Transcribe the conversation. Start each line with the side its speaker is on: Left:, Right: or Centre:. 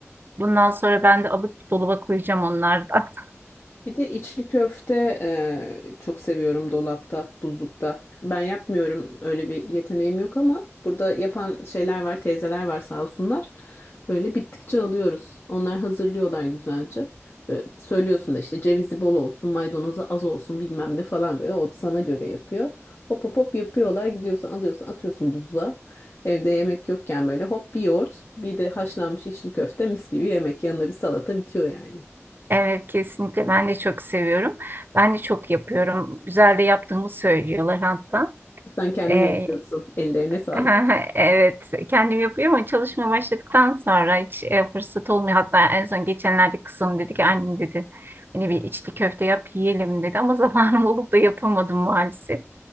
Right: Bundan sonra ben de alıp dolaba koyacağım onlardan. <laughs>
Left: Bir de içli köfte e, çok seviyorum dolapta, buzlukta. Ben yapmıyorum öyle bir yeteneğim yok ama burada yapan şeyler var, teyzeler var sağ olsunlar. Böyle bittikçe alıyoruz. Onlar hazırlıyorlar güzelce. Ve söylüyorsun da işte cevizi bol olsun, maydanozu az olsun bilmem ne falan böyle o sana göre yapıyor. Hop hop hop yapıyorlar gidiyorsun alıyorsun atıyorsun buzluğa. Evde yemek yokken böyle hop bir yoğurt bir de haşlanmış içli köfte mis gibi yemek yanına bir salata bitiyor yani.
Right: Evet kesinlikle ben de çok seviyorum. Ben de çok yapıyorum. Güzel de yaptığımı söylüyorlar hatta.
Left: Sen kendin
Right: Ee,
Left: yapıyorsun. Ellerine sağlık.
Right: <laughs> evet kendim yapıyorum ama çalışmaya başladıktan sonra hiç e, fırsat olmuyor. Hatta en son geçenlerde kızım dedi ki annem dedi hani bir içli köfte yap yiyelim dedi ama <laughs> zamanım olup da yapamadım maalesef.